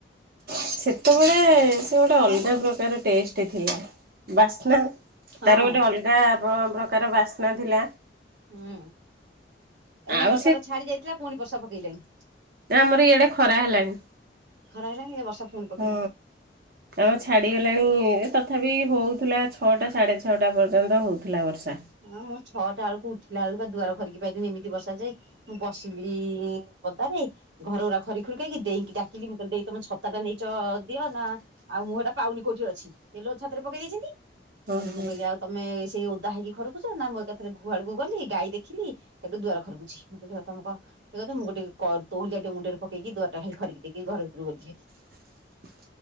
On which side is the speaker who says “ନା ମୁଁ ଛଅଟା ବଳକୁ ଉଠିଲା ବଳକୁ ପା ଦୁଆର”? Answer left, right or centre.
Right